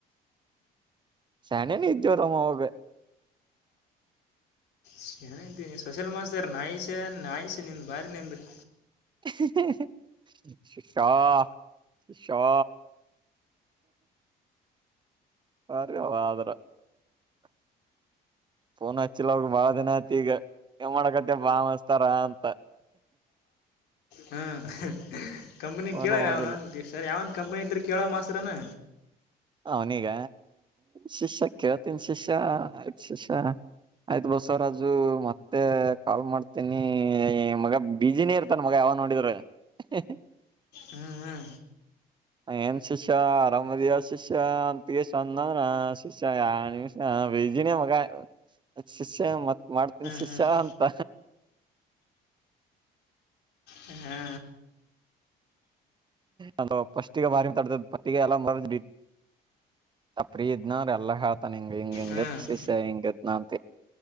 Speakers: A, on the right; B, on the left.
A: <unintelligible> ಶಣ ನೀ ಜರಾಮ ಹೋಗ
B: ಚನ ಇದ್ದೀನಿ ಸೊಸಲ್ ಮಾಸ್ದರ್ ನಾಯಸ ನಾಯಸ ನಿಂದ ಬಾರಿ ನಿಂದ <unintelligible>
A: <unintelligible> ಶ ಶಾಶಾ ಸರಿ ಆದ್ರ <unintelligible> ಫೋನ್ ಹಚ್ಚಿಲ್ಲ ಬಹಳ ದಿನ ಆತಿ ಈಗ ಮಾಡಕತ್ತ ಬಾ ಮಸ್ತಾರ ಅಂತ
B: ಹ್ಮ್ ಕಂಪ್ನಿ
A: ಫೋನೆ
B: ಕೇಳ
A: ಮಾಡಿಲ್ಲ
B: ಅವನ ಸರ್ ಯಾವನ್ ಕಂಪ್ನಿ ಇದ್ದ್ರ ಕೇಳೋ ಮಾಸ್ರನಾ
A: ಅವನಗ ಶಿಷ್ಯ ಕೇಳ್ತನ್ ಶಿಷ್ಯ ಆಯ್ತು ಶಿಷ್ಯ ಆಯ್ತು ಬಸವರಾಜು ಮತ್ತೆ ಕಾಲ್ ಮಾಡ್ತೀನಿ ಮಗ ಬಿಜಿನೇ ಇರ್ತಾನ ಮಗ ಯಾವ ನೋಡಿದ್ರ <unintelligible>
B: ಹ್ಮ್ ಹ್ಮ
A: ಏನ್ ಶಿಷ್ಯ ಆರಾಮದಿಯ ಶಿಷ್ಯ ಶ <unintelligible> ಅಂತಗೆಂದ ಶಿಷ <unintelligible> ಯ ನಿಮಿಷ ವೇಜಿನ ಮ <unintelligible> ಶಿಷ್ಯ ಮತ್ತೆ ಮಾಡ್ತೀನ್ ಶಿಷ್ಯ
B: ಹ್ಮ್ ಹ್ಮ್
A: ಅಂತ
B: ಹಾಂ ಹಾ
A: ಅ ಪಸ್ <unintelligible> ಗೆ ಮಾರಿ ಮಾತಾಡತ ಪಟ್ಟಿಗೆ ಎಲ್ಲ ಮರದ್ ಬಿಟ್ಟ ಅಪ್ರ ಇದ್ನ್ರ ಎಲ್ಲ ಹತ <unintelligible> <unintelligible> ನಂಗ ಹೆಂಗ ಹೆಂಗ
B: ಹ್ಮ್
A: ಶೇಷ್ಯ ಹೆಂಗ ನನ್